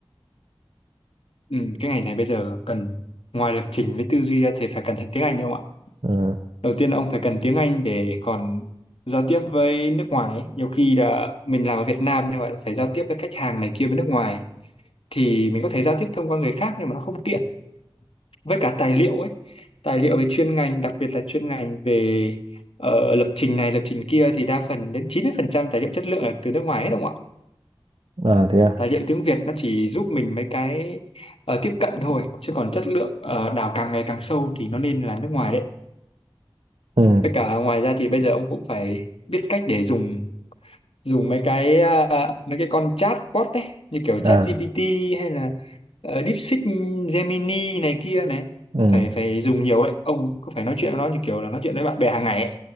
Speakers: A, on the left; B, on the right.
A: ừ, cái ngành này bây giờ cần ngoài lập trình với tư duy ra thì phải cần thêm tiếng Anh đúng không ạ
B: ừ.
A: đầu tiên là ông phải cần tiếng Anh để còn giao tiếp với nước ngoài ấy. nhiều khi là mình làm ở Việt Nam nhưng mà phải giao tiếp với khách hàng này kia bên nước ngoài thì mình có thể giao tiếp thông qua người khác nhưng mà nó không tiện với cả tài liệu ấy tài liệu về chuyên ngành đặc biệt là chuyên ngành về ờ, lập trình này lập trình kia thì đa phần đến 90% tài liệu chất lượng là từ nước ngoài hết đúng không ạ
B: à thế à
A: tài liệu tiếng Việt nó chỉ giúp mình mấy cái ờ, tiếp cận thôi chứ còn chất lượng ờ, đào càng ngày càng sâu thì nó nên là nước ngoài đấy
B: ừ
A: với cả ngoài ra thì bây giờ ông cũng phải biết cách để dùng dùng mấy cái à, mấy cái con chatbot đấy như kiểu ChatGPT
B: à
A: hay là ờ, DeepSeek Gemini này kia này
B: ừ.
A: phải phải dùng nhiều ấy ông cứ phải nói chuyện với nó như kiểu là nói chuyện với bạn bè hàng ngày ấy